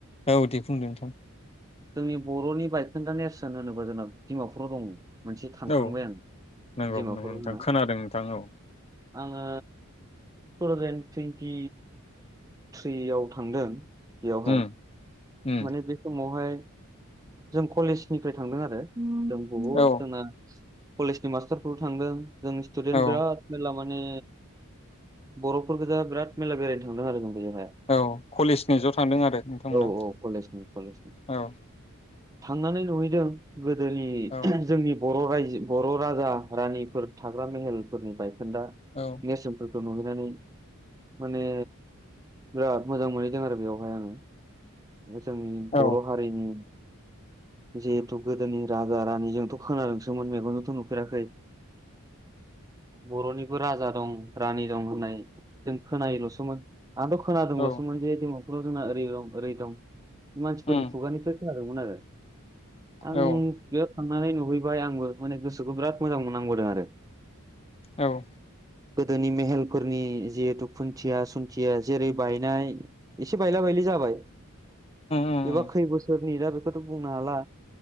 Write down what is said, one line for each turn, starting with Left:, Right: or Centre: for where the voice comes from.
Left: औ दे बुंदो नोंथां।
Right: जोंनि बर'नि बायखोनदा नेरसोन होनोबा जोंना डिमापुराव दङ। मोनसे थांखांबाय
Left: औ
Right: आं
Left: नंगौ
Right: दिमाफुराव
Left: नंगौ नोंथां
Right: दोङो ना।
Left: खोनादों नोंथां औ
Right: आङो तुथावजेन तुइनटि थ्रि आव थांदों इयावहाय।
Left: उम उम
Right: माने बे सम। महाय। जों कलेजनिफ्राय थांदों आरो। अम बहुत
Left: औ
Right: जोंना। कलेजनि मास्टारफोरबो थांदों। जों सटुदेन
Left: औ
Right: बिराद मेरला मा नि बर'फोर गोजा बिराद मेला बेरायनो थांदों आरो जों बेयाव
Left: औ कलेजनि ज'थांदों आरो नोंथांमोनहा
Right: औ औ कलेजनि कलेजनि
Left: औ।
Right: थांनानै नुहैदों। गोदोनि
Left: औ
Right: जोंनि बर रायजो बर'राजा रानिफोर थाग्रा मेहेलफोरनिफ्राय दा
Left: औ
Right: बियो सिमपोल नुहैनानै माने बिराद मोजां मोनहैदों आरो बेयावहाय आङो जोंनि बर
Left: औ
Right: हारिनि जिहेथु गोदोनि राजा रानिजोंथ खोनादोंसोमोन मेगनजोंथ नुफेराखै बर'निबो राजा दं रानि दं होननाय जों खोनायोलसोमोन आंथ खोनादोंलसोमोन
Left: औ
Right: जे दङ खुनु जोङा ओरै दं ओरै दं मानसिफोरनि
Left: उम
Right: खुगानिफ्राय खोना- <unintelligible> आं
Left: औ
Right: थांनानै नुहैबाय आंबो माने गोसोखौ बिराद मोजां मो-नांबोदों आरो <inaudible>
Left: औ उम
Right: गोदोनि मेहेलफोरनि जिहेतु खुन्थिया सुन्थिया जेरै बायनाय एसे बायला बायलि जाबाय
Left: उम
Right: एबा
Left: उम
Right: खै बोसोरनि दा बेफोर खौथ बुंनो हाला